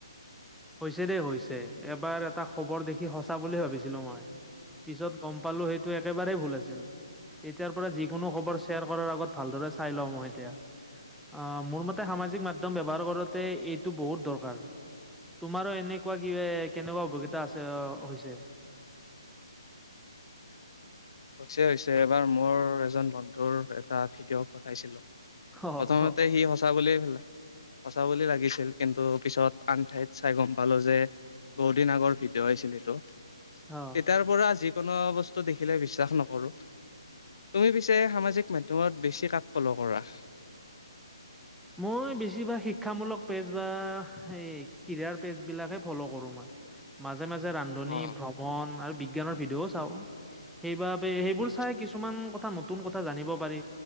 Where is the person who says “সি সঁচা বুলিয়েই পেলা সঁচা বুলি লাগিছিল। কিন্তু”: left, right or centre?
Left